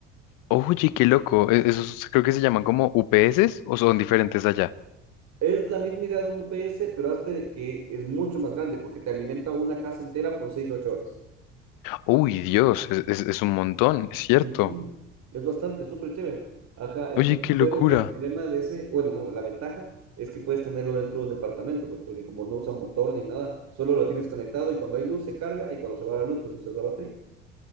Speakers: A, on the left; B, on the right.
A: Oye, qué loco. e- Esos creo que se llaman como UPS o son diferentes allá.
B: Es la misma idea de un UPS, pero hazte que es mucho más grande porque te alimenta una casa entera por 6 8 horas.
A: Uy, Dios, es, es- es un montón, es cierto.
B: Ujú. Es bastante, súper chévere. Ajá, entonces,
A: Oye, qué locura.
B: pero el problema de ese, bueno, no, la ventaja es que puedes tenerlo dentro de un departamento, pues porque como no usa motor ni nada, solo lo tienes conectado y cuando hay luz se carga y cuando se va la luz, pues usas la batería.